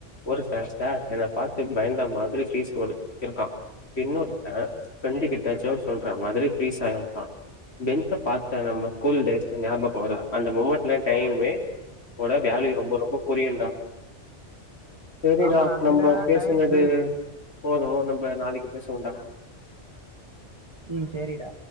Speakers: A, on the left; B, on the right.
A: ஒரு ச சார் என்ன பாத் து பயந்த மாதிரி ஃபீஸ் ரோல் இருக்கா இன்னொருத்த ஃப்ரெண்டு கிட்ட ஜோக் சொல்ற மாதிரி ஃபீரிஸ் ஆயிருக்கா பெஞ்ச பார்த்த நம்ம ஸ்கூல் டேஸ் ஞாபக வர அந்த மொமண்ட்ல டைமே வோட வேல்யூ ரொம்ப ரொம்ப புரியு டா செரிடா
B: ஆமாடா
A: நம்ம
B: சில
A: பேசுனது
B: டைம் ஃப்ரீஸ்
A: போதூ நம்ப நாளைக்கு பேசலா டா
B: உம் சேரிடா